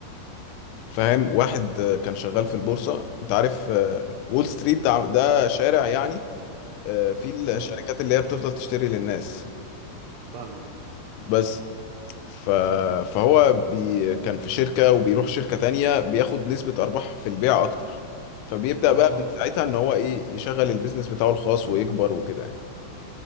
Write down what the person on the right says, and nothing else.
امم
فاهم
اه